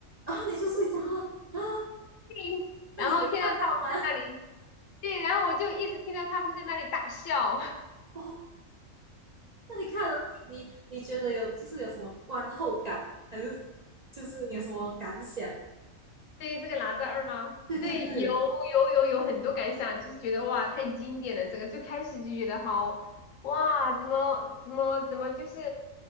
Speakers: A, on the right (about 55°); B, on the left (about 75°).
A: 然后你就睡着了啊？
B: <laughs> 对，
A: 那你没看到吗？
B: 然后听到他们在那里，对，然后我就一直听到他们在那里大笑。<laughs>
A: 哦，那你看了，你你你觉得有就是有什么观后感，还是就是你有什么感想？
B: 对于这个哪吒二吗？
A: 对对对
B: 对，有有有有很多感想，就是觉得哇，太经典了。这个最开始就觉得好哇，怎么怎么怎么，就是